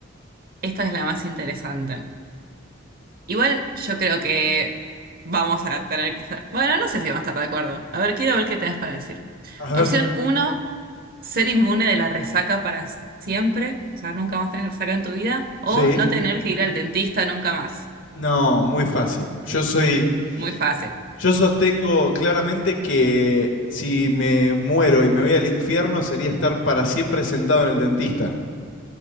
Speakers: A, on the right; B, on the left.
A: esta es la más interesante. Igual yo creo que vamos a tener que estar. Bueno, no sé si vamos a estar de acuerdo. A ver, quiero ver qué tenés para decir.
B: A
A: Opción
B: ver.
A: uno ser inmune de la resaca para siempre. O sea, nunca más tener resaca en tu vida. O
B: Sí.
A: no tener que ir al dentista nunca más.
B: No, muy fácil. Yo soy
A: Muy fácil.
B: Yo sostengo claramente que si me muero y me voy al infierno sería estar para siempre sentado en el dentista.